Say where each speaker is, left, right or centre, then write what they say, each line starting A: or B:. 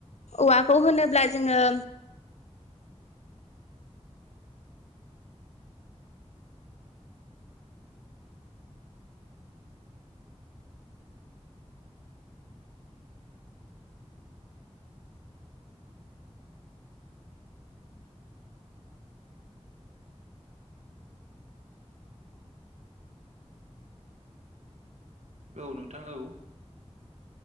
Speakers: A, on the left; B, on the right.
A: औवाखौ होनोब्ला जोङो
B: औ नोंथां औ